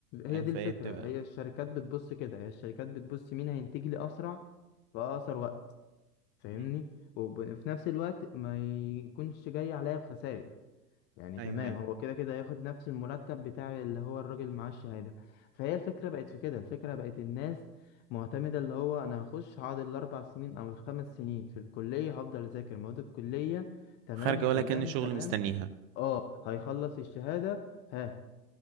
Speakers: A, on the left; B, on the right.
A: هي
B: فاهم
A: دي
B: فايه
A: الفكرة
B: بتبقى
A: هي الشركات بتبص كده هي الشركات بتبص مين هينتج لي أسرع في أقصر وقت فاهمني
B: مم.
A: وفي نفس الوقت ما يكونش جاي عليا بخسائر يعني
B: ايوه
A: تمام
B: ايوه
A: هو كده كده هياخد نفس المرتب بتاع اللي هو الراجل معاه الشهادة فهي الفكرة بقت في كده الفكرة بقت الناس معتمدة اللي هو أنا هخش هقعد الأربع سنين أو الخمس سنين في الكلية هفضل أذاكر مواد الكلية تمام
B: خارجه
A: تمام
B: ولا كأن شغل
A: تمام
B: مستنيها
A: اه هيخلص الشهادة ها